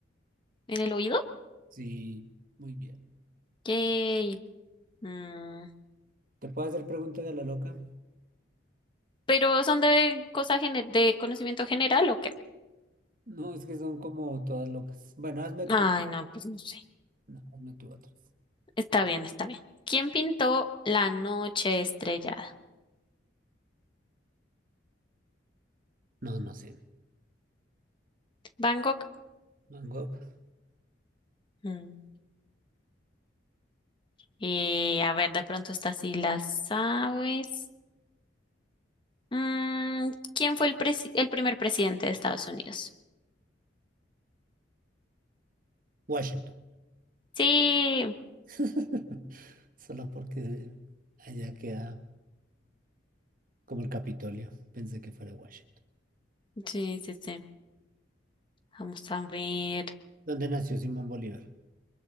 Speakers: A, on the left; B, on the right.
A: el oído.
B: Sí, muy bien.
A: Yay. Mm,
B: ¿Te puedo hacer preguntas de la loca?
A: pero son de cosas de conocimiento general o qué?
B: No, es que son como todas locas. Bueno, hazme tú.
A: Ay, no, pues no sé.
B: No, hazme tú otras.
A: Está bien, está bien. ¿Quién pintó La noche estrellada?
B: No, no sé.
A: Van Gogh.
B: Van Gogh,
A: Mm, eh, a ver, de pronto esta sí la sabes. Mm, ¿quién fue el presi- el primer presidente de Estados Unidos?
B: Washington.
A: Sí,
B: <laughs> Solo porque allá queda como el Capitolio. Pensé que fuera Washington.
A: sí, sí, sí. Vamos a ver.
B: ¿Dónde nació Simón Bolívar?